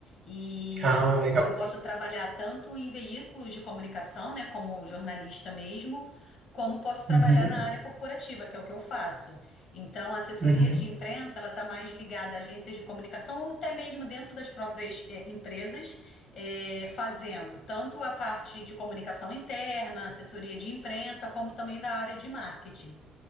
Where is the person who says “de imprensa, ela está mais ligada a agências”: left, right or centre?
Left